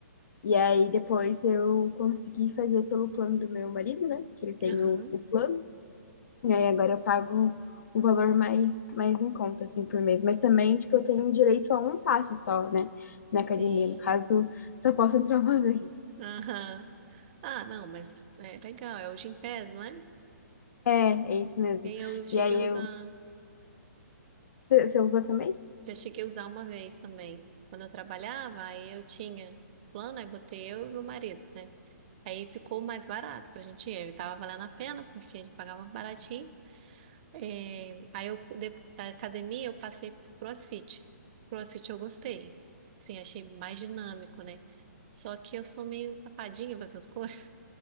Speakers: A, on the left (about 65°); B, on the right (about 35°).
A: E aí depois eu consegui fazer pelo plano do meu marido, né? Que ele tem
B: Aham.
A: o, o plano. E aí agora eu pago o valor mais mais em conta assim por mês, mas também tipo eu tenho direito a um passe só, né, na academia.
B: Sim.
A: No caso, só posso entrar <laughs> uma vez.
B: Aham. Ah, não, mas é legal, é o Gympass, não é?
A: É, é isso mesmo.
B: E eu cheguei
A: E aí
B: a usar,
A: eu você você usou também?
B: já cheguei a usar uma vez também. Quando eu trabalhava, aí eu tinha o plano, aí botei eu e meu marido, né? Aí ficou mais barato pra gente ir, aí tava valendo a pena, porque a gente pagava baratinho. É, aí eu, de- da academia, eu passei pro CrossFit. CrossFit eu gostei, assim, achei mais dinâmico, né? Só que eu sou meio tapadinha pra essas coisas.